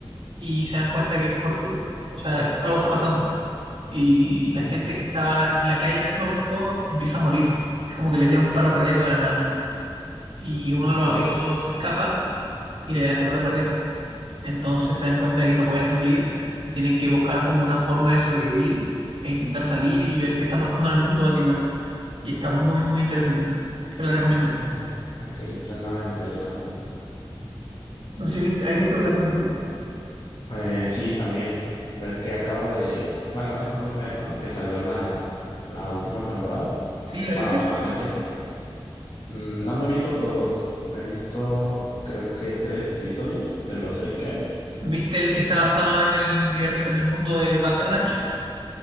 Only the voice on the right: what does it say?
Y se dan cuenta que es por, o sea, algo está pasando. Y
la gente que estaba en la calle en ese momento empieza a morir. Es como que le dieron paro cardíaco de la nada. Y uno
de los amigos se escapa y le hace paro cardíaco. Entonces se dan cuenta de que no pueden salir y tienen que buscar como una forma de sobrevivir e intentar salir y ver qué está pasando en el mundo, básicamente. Y está muy, muy interesante. Te la recomiendo.
No sé si viste, ¿has visto Black Mirror?
Sí, ¿la
viste?
¿Viste el que está basado en el universo, en el mundo de Bandersnatch?